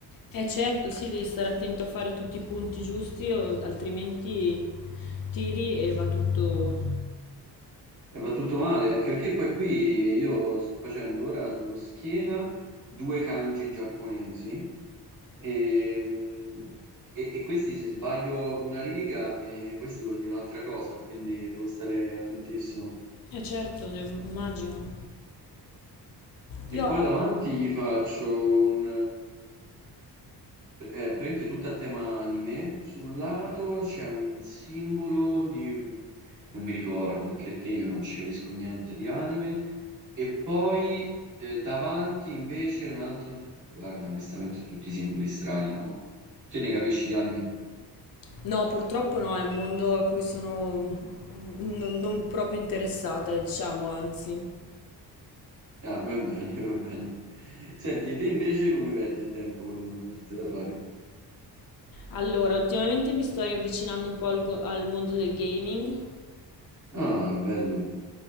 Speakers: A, on the left; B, on the right.
A: Eh certo, sì, devi stare attento a fare tutti i punti giusti, o- altrimenti tiri e va tutto.
B: E va tutto male, anche perché poi qui io sto facendo ora sullo schiena due kanji giapponesi e, mm, e- e questi se sbaglio una riga, eh, questi vuol dire un'altra cosa, quindi devo stare attentissimo.
A: Eh certo, de- immagino.
B: E
A: Io la-
B: poi davanti gli faccio un, È praticamente tutta a tema anime. Sul lato c'è un simbolo di... non mi ricordo perché perché io non ci capisco niente di anime. E poi eh, davanti invece un altro... Guarda, onestamente tutti i simboli strani, no? Te ne capisci di anime?
A: No, purtroppo no, è un mondo a cui sono mm, non, non proprio interessata, diciamo, anzi.
B: Ah, va bene, va bene. Senti, e te invece come perdi il tempo quando non hai niente da fare?
A: Allora, ultimamente mi sto riavvicinando un po' al, go- al mondo del gaming
B: Ah, bello.